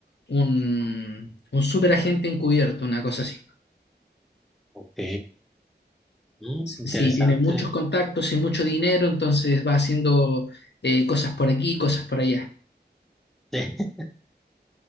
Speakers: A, on the left; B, in the centre.
A: un, un superagente encubierto, una cosa así.
B: Ok, Mm,
A: Sí,
B: interesante.
A: tiene muchos contactos y mucho dinero, entonces va haciendo eh, cosas por aquí, cosas por allá.
B: <laughs> Sí.